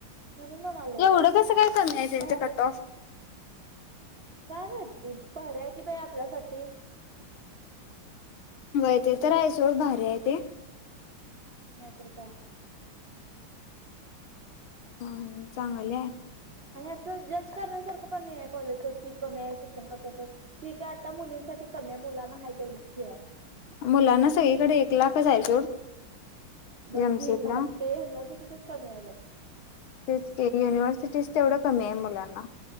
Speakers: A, on the right (about 45°); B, on the left (about 80°).
A: म्हणून म्हणालोय
B: एवढं कसं काय कमी आहे त्यांचं
A: भाराय्या
B: कट ऑफ
A: काय माहिती भारी हाय की बाई आपल्यासाठी
B: होय ते तर आहे सो भारी आहे ते.
A: नाहीतर काय?
B: हं चांगल हाय
A: आणि असं जज करण्यासारखं पण नाही कॉलेज शो फी कमी आहे शिक्षण कसं असं फी काय आता मुलींसाठी कमी्या मुलांना हाय तेवढीच फी आहे.
B: मुलांना सगळीकडे एक लाखच हाय सोड.
A: बघ
B: एमसीए
A: की <unintelligible>
B: ला
A: ते युनिव्हर्सिटीतच कमी आहे. बघ
B: तेच युनिव्हर्सिटीचं ते एवढं कमी आहे मुलांना.